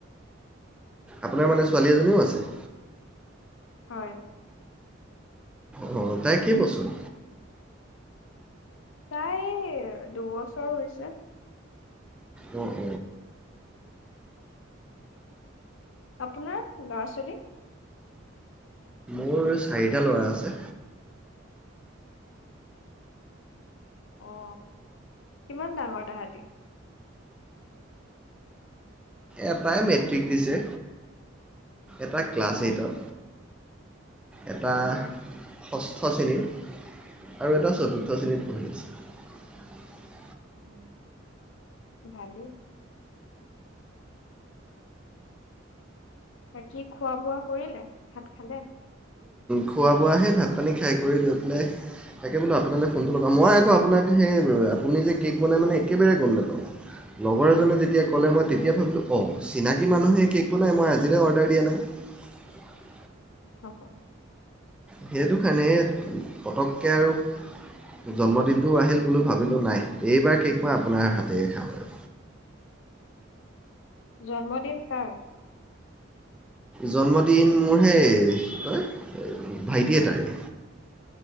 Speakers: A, in the centre; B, on the left (about 70°).
A: আপোনাৰ মানে ছোৱালী এজনীও আছে
B: হয়
A: অঁ তাই কি বচোন
B: তাই দুবছৰ হৈছে
A: অঅ
B: আপোনাৰ ল'ৰা ছোৱালীক
A: মোৰ চাৰিটা ল'ৰা আছে
B: অ কিমান ডাঙৰ তাহতি
A: এটাই মেট্ৰিক দিছে এটা ক্লাছ
B: অ
A: এইটত এটা
B: অ
A: ষষ্ঠ শ্ৰেণীত আৰু এটা চতুৰ্থ শ্ৰেণীত পঢ়ি আছে
B: উ ভালেই বাকীখোৱা বোৱা কৰিলে ভাত খালে
A: খোৱা বোৱাহে ভাত পানী খাই কৰি দিওঁকাই তাকে বোলো আপোনালৈ ফোনটো লগা মই আকৌ আপোনাক সেই আপুনি যে কে'ক বনাই মানে একেবাৰে গ'ল নাপাৰ লগৰ এজনে যেতিয়া ক'লে মই তেতিয়া ভাবিলোঁ অঁ চিনাকী মানুহে কে'ক বনাই মই আজিলৈ অৰ্ডাৰ দিয়া নাই
B: হ হ
A: সেইটো কাৰণ পটককৈ আৰু জন্মদিনটোও আহিল বো ভাবিলোঁ নাই এইবাৰ কেক মই আপোনাৰ হাতে খাম আৰু
B: জন্মদিন কাৰ
A: জন্মদিন মোৰ সেই কয় ভাইটিয়ে তাৰে